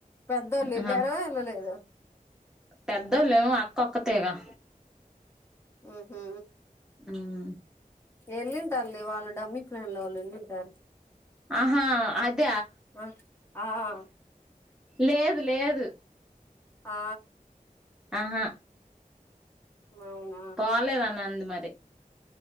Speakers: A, on the left; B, in the centre.
A: పెద్దోళ్ళు
B: అహ
A: ఎళ్ళారో ఎళ్ళలేదో
B: పెద్దోళ్ళు ఏమో అక్కొక్కతేగా
A: మ్మ్ హు
B: హుమ్
A: ఎళ్ళింటారులే వాళ్ళు డమ్మి ఫ్లాన్ లో వాళ్ళు వెళ్ళింటారు
B: ఆహా అద
A: ఆ ఆ
B: లేదు లేదు
A: ఆ
B: ఆహా
A: అవ్ను
B: పోలేదన్న అంది మరి